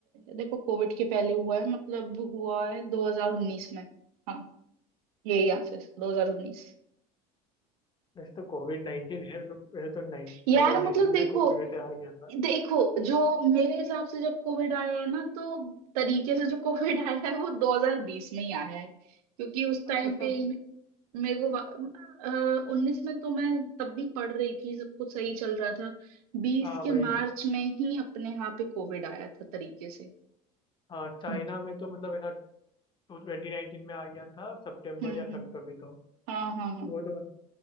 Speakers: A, on the right; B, on the left.
A: देखो कोविड के पहले हुआ है मतलब हुआ है 2019 में हाँ यही आंसर 2019
B: वैसे तो कोविड नाइन्टीन है मतलब वैसे तो नाइन
A: यार
B: टू हजार नाइन्टीन
A: मतलब देखो
B: में कोविड वैसे आ गया था
A: देखो जो मेरे हिसाब से जब कोविड आया है ना तो तरीके से जो कोविड <laughs> आया है वो 2020 में ही आया है क्योंकि उस टाइम
B: हाँ, मतलब
A: पे ही मे- मेरे को उन्नीस में तो मैं तब भी पढ़ रही थी सब कुछ सही चल रहा था बीस
B: हाँ
A: के
B: भाई
A: मार्च में ही अपने यहाँ पे कोविड आया था तरीके से
B: हाँ चाइना
A: हम्म
B: में तो मतलब है ना टू ट्वेंटी नाइन्टीन में आ गया था सितंबर
A: हम्म
B: या सब कभी तो
A: हाँ हाँ हाँ
B: वो तो बस-